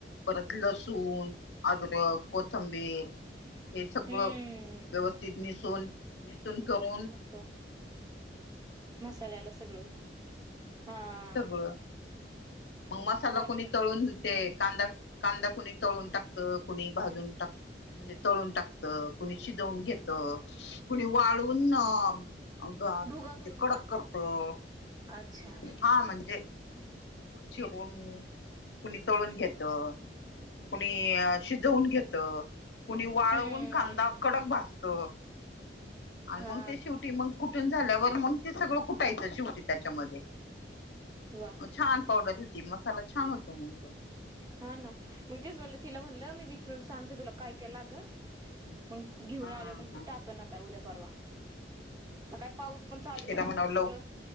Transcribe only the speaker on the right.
हम्म.
त मसाल्याला सगळं-
हा...
भारी
ना
भुगा करून
का
अच्छा
हम्म.
हा
वा.
हा ना मी तेच म्हणल तिला म्हणलं मी विचरून सांगते तुला काय काय लागलंन. मग घेऊन
आले मग
त टाक नता उद्या परवा तर काय पाऊस पण चालू आहे
ना
मग हे सगळं